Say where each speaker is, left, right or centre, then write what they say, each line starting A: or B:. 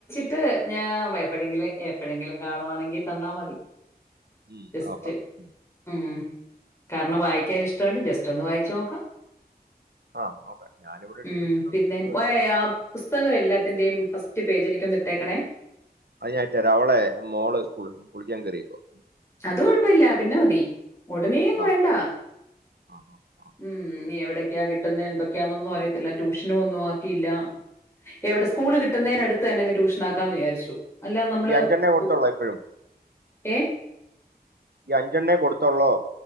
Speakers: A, on the left; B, on the right.
A: ട്ട് ഞാ എപ്പഴെങ്കിലും, എപ്പഴെങ്കിലും കാണുവാണെങ്കി തന്നാ മതി.
B: ഉം,
A: ലിസ്റ്റ്.
B: നോക്കാം ഉം.
A: മ്മ്ഹ് കാരണം വായിക്കാൻ ഇഷ്ട്ടണ്ട് ജസ്റ്റ് ഒന്ന് വായിച്ചു നോക്കാം.
B: ആ നോക്ക ഞാനിവിടെ എടുത്ത്
A: ഉം.
B: വെച്ചിട്ടുണ്ട്
A: പിന്നെ
B: എടുത്ത വ
A: ഏഹ്,
B: തരാം.
A: ആ പുസ്തകം എല്ലാത്തിന്റെയും ഫസ്റ്റ് പേജ് എനിക്കൊന്നിട്ടേക്കണേ.
B: അത്ഞായിട്ടേര അവളെ മോള് കുളിക്കാൻ കേറിയേക്കുവാ.
A: അത് കൊഴപ്പല്ല പിന്ന മതി. ഉടനെ അങ്ങ്
B: ആ
A: വേണ്ട.
B: ആ ആ ആ
A: ഉം എവിടെയൊക്കെയാ കിട്ടുന്നെ എന്തൊ ക്കാന്നൊന്നും അറിയത്തില്ല. ട്യൂഷനും ഒന്നും ആക്കിയില്ല. എവിടെ സ്കൂള് കിട്ടുന്നെനടു ത് തന്നങ് ട്യൂഷനാക്കാന്ന് വിചാരിച്ചു. അല്ല നമ്മള്
B: ഈ അഞ്ചെണ്ണേ കൊടുത്തുള്ളോ
A: ഉ
B: ഇപ്പോഴും
A: ഏഹ്
B: ഈ അഞ്ചെണ്ണെ കൊടുത്തോള്ളോ?